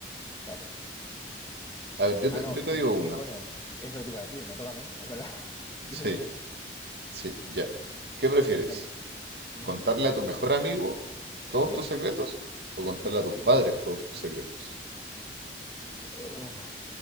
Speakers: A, on the left; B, on the right.
A: Espérate.
B: A ver, yo
A: Ah,
B: te,
A: no,
B: yo te
A: me-
B: digo
A: ¿qué
B: una,
A: coño? Eso te iba a decir, me toca a mí, es verdad. <laughs>
B: sí,
A: Dime, dime.
B: sí, ya. ¿Qué prefieres?
A: Venga. Ujú.
B: ¿Contarle a tu mejor amigo todos
A: Sí,
B: tus secretos o contarle a tus
A: sí.
B: padres todos tus secretos?
A: Uf,